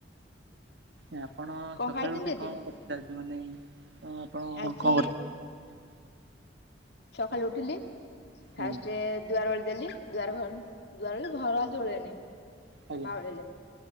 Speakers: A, on the right; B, on the left.
A: ଆପଣ
B: କଣ
A: ସକାଳୁ
B: ଖାଇଛନ୍ତି
A: ଉଠିକି
B: ଆଜି?
A: କଣ କରିଥାନ୍ତି। ମାନେ ଆପଣ
B: ଆଜି
A: କଣ କରି
B: ସକାଳୁ ଉଠିଲି ଫାଷ୍ଟ
A: ଆଜ୍ଞା
B: ଦୁଆର <unintelligible> ଦେଲି ଦୁଆର ଘ ଦୁଆର ଘର ଆଜି ଓଳେଇନି
A: ଆଜ୍ଞା
B: ବାଓଳେଇଲେ।